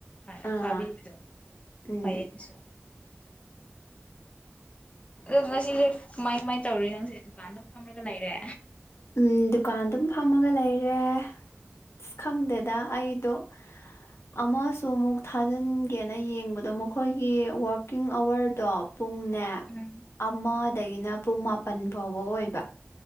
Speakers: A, on the left; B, on the left.
A: ꯍꯥꯅ
B: ꯑꯥ
A: ꯐꯥꯕꯤꯕꯗꯣ
B: ꯎꯝ
A: ꯐꯩꯌꯦꯗꯨꯁꯨ꯫
B: <inaudible>
A: ꯑꯗꫭ ꯉꯁꯤꯁꯦ ꯀꯃꯥꯏ ꯀꯃꯥꯏꯅ ꯇꯧꯔꯤ ꯅꯪꯁꯦ ꯗꯨꯀꯥꯟꯗ ꯐꯝꯔꯒ ꯂꯩꯔꯦ꯫
B: ꯎꯝ ꯗꯨꯀꯥꯟ ꯑꯗꯨꯝ ꯐꯝꯑꯒ ꯂꯩꯔꯦ꯫ ꯑꯁ ꯈꯪꯗꯦꯗ ꯑꯩꯗꯣ ꯑꯃꯁꯨ ꯑꯃꯨꯛ ꯊꯥꯖꯤꯟꯒꯦꯅ ꯌꯦꯡꯕꯗꯣ ꯃꯈꯣꯏꯒꯤ ꯋꯥꯔꯀꯤꯡ ꯑꯋꯥꯔꯗꯣ ꯄꯨꯡꯅꯦ
A: ꯎꯝ
B: ꯑꯃꯗꯒꯤꯅ ꯄꯨꯡ ꯃꯥꯄꯟ ꯐꯥꯎꯕ ꯑꯣꯏꯕ꯫